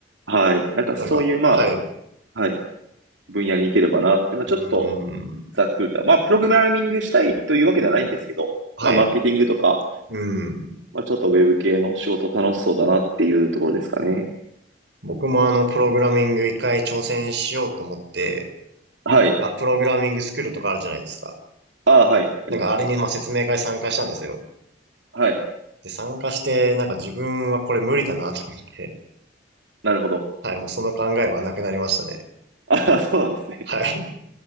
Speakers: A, on the right (about 85°); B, on the right (about 65°).
A: はい。なんかそういう、
B: なんか、
A: ま
B: はい。う
A: あ、はい、分野に行ければなっていうのはちょっと
B: ーん。
A: ざっくりと、まあ、プログラミングしたいというわけではないんですけど、
B: はい。
A: まあ、マーケティングとか、
B: うん。
A: まあ、ちょっとウェブ系の仕事楽しそうだなっていうところですかね。
B: 僕もあの、プログラミング一回挑戦しようと思って、
A: はい。
B: なんか、プログラミングスクールとかあるじゃないですか。
A: ああ、はい。
B: なんか、
A: ありますね。
B: あれに、まあ、説明会参加したんですよ。
A: はい。
B: で、参加して、なんか自分はこれ無理だなと思って、
A: なるほど。
B: はい、もうその考えはなくなりましたね。
A: <laughs> ああ、そうなんですね。
B: はい。